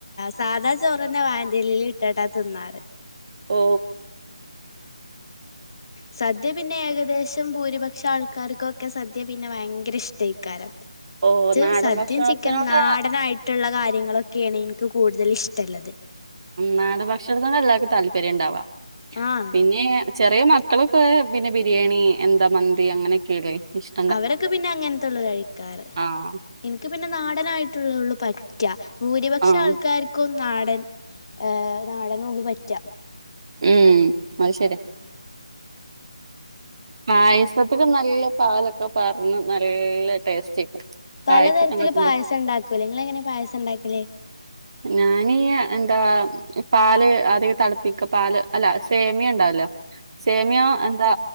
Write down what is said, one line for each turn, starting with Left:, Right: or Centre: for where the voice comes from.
Left: സാദാ ചോറെന്നെ വായന്റെലേല്ട്ട്ട്ടാ തിന്നാറ്
Right: ഓ
Left: സദ്യ പിന്നെ ഏകദേശം ഭൂരിപക്ഷം ആൾക്കാര്ക്കൊക്കെ സദ്യ പിന്നെ ഭയങ്കര ഇഷ്ടേ ക്കാരം
Right: ഓ
Left: ച്ച്
Right: നാടൻ
Left: സദ്യ
Right: ഭക്ഷണത്തിനോട്
Left: ചിക്കനും നാടനായി റ്റുള്ള കാര്യങ്ങളൊക്കെണ് ഇൻക്ക് കൂടുതലിഷ്ടള്ളത്
Right: നാടൻ ഭക്ഷണത്തിനാ എല്ലാർക്കും താല്പര്യംണ്ടാവാ
Left: ആഹ്
Right: പിന്നെ ചെറിയ മക്കളൊക്കെ പിന്നെ ബിരിയാണി എന്താ മന്തി അങ്ങനെയൊക്കെയല്ലേ ഇഷ്
Left: അവരൊക്കെ പിന്നെ അങ്ങൻത്തൊള്ളു കഴിക്കാറ്
Right: ആഹ്
Left: ഇൻക്ക് പിന്നെ നാടനായിട്ട്ള്ളതൊള്ളു പറ്റാ ഭൂരിപക്ഷം
Right: ആഹ്
Left: ആൾക്കാർക്കും നാടൻ ഏഹ് നാടനൊള്ളു പറ്റാ
Right: ഉം അത് ശെരിയ പായസത്ത്ക്ക്‌ നല്ല പാലൊക്കെ പാർന്ന് നല്ല ടേസ്റ്റേക്കും
Left: പലതരത്തില്
Right: പായസൊക്കെ ഇണ്ടാക്കുമ്പള്
Left: പായസണ്ടാക്കൂലെ ങ്ങളെങ്ങനെ പായസണ്ടാക്കല്
Right: ഞാന് എന്താ പാൽ അധിക തിളപ്പിക്ക പാൽ അല്ല സേമിയ ഉണ്ടാവല്ലോ സേമിയോ എന്താ